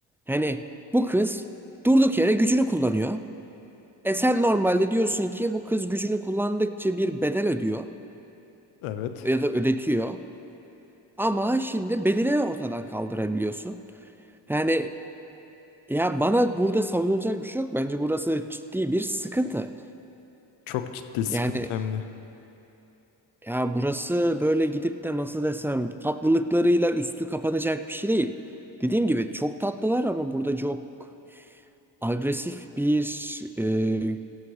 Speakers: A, in the centre; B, on the left.
A: Hani bu kız durduk yere gücünü kullanıyor. E sen normalde diyorsun ki bu kız gücünü kullandıkça bir bedel ödüyor
B: Evet.
A: ya da ödetiyor. Ama şimdi bedeli ortadan kaldırabiliyorsun. Yani ya bana burada savunulacak bir şey yok. Bence burası ciddi bir sıkıntı.
B: Çok ciddi sıkıntı
A: Yani
B: hem de.
A: ya burası böyle gidip de nasıl desem tatlılıklarıyla üstü kapanacak bir şey değil. Dediğim gibi çok tatlılar ama burada çok agresif bir e,